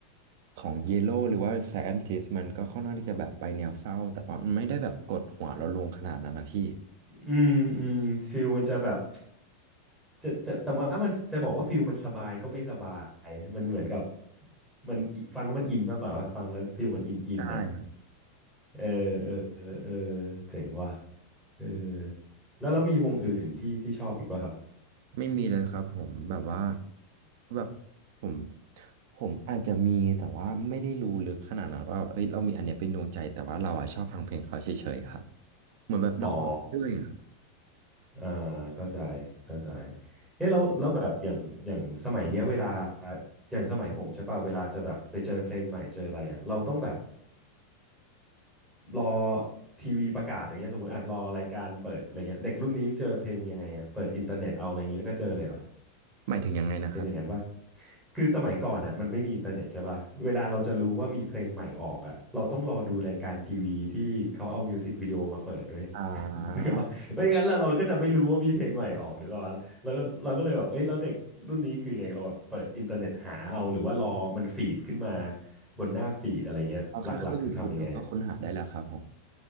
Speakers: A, on the right; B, in the centre.
A: ของเยโ o หรือว่าแซนจิสมันก็ค่อนข้างที่จะแบบไปแนวเศร้าแต่ว่ามันไม่ได้แบบกดหัวเราลงขนาดนั้นนะพี่
B: อืมอืมฟิลมันจะแบบจะจะแต่ว่ามันจะบอกว่าฟิลมันสบายก็ไม่สบายมันเหมือนกับมันอิฟังแล้วมันอินมากกว่าว่าฟังแล้วฟิลมันอินอินน่ะ
A: ใช่ครับ
B: เออเออเออเออเจ๋งว่ะเออแล้วเรามีวงอื่นที่ที่ชอบอีกป่ะครับ
A: ไม่มีเลยครับผมแบบว่าแบบผมผมอาจจะมีแต่ว่าไม่ได้รู้ลึกขนาดนั้นว่าเอ้ยเรามีอันเนี้ยเป็นดวงใจแต่ว่าเราอ่ะชอบฟังเพลงเขาเฉยๆครับเหมือนแบบเราฟังเรื่อยอะ
B: อ๋ออ่าเข้าใจเข้าใจเฮ้ยเรา้แล้วแบบอย่างอย่างสมัยเนี้ยเวลาอย่างสมัยผมใช่ป่ะเวลาจะแบบไปเจอเพลงใหม่เจออะไรอ่ะเราต้องแบบ รอทีวีประกาศอย่างเงี้ยสมมติอ่ะรอรายการเปิดอะไรเงี้ยเด็กรุ่นนี้เจอเพลงยังไงอ่ะเปิดอินเทอร์เน็ตเอาอะไรอย่างงี้แล้วก็เจอเลยเหรอ
A: หมายถึงยังไงนะครับ
B: เป็นอย่างนั้นปะคือสมัยก่อนอ่ะมันไม่มีอินเทอร์เน็ตใช่ปะเวลาเราจะรู้ว่ามีเพลงใหม่ออกอ่ะเราต้องรอดูรายการทีวีที่เขาเอามิวสิกวิดีโอมาเปิดด้วย
A: อ่า
B: <laughs> นึกออกปะไม่งั้นเราเราก็จะไม่รู้ว่ามีเพลงใหม่ออกนึกออกปะแล้วก็เราก็เลยแบบเอ้ยแล้วเด็กรุ่นนี้คือไงเราแบบเปิดอินเทอร์เน็ตหาเอาหรือว่ารอมันฟีดขึ้นมาบนหน้าฟีดอะไรเงี้ยหลักๆคือทำยังไงอะ
A: เอาแค่เข้า YouTube แล้วก็ค้นหาได้แล้วครับผม